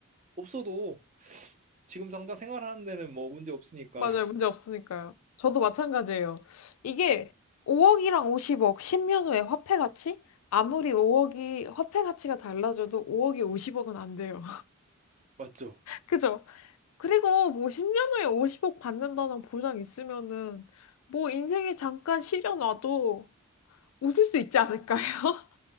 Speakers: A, on the right (about 35°); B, on the left (about 80°).
A: 없어도 지금 당장 생활하는 데는 뭐 문제 없으니까.
B: 맞아요.
A: <laughs>
B: 문제 없으니까요. 저도 마찬가지예요. 이게 5억이랑 50억, 10년 후에 화폐 가치? 아무리 5억이 화폐 가치가 달라져도 5억이 50억은 안 돼요.
A: 맞죠?
B: <laughs> 그죠? 그리고 뭐 10년 후에 50억 받는다는 보장 있으면은 뭐 인생에 잠깐 시려놔도 웃을 수 있지 않을까요?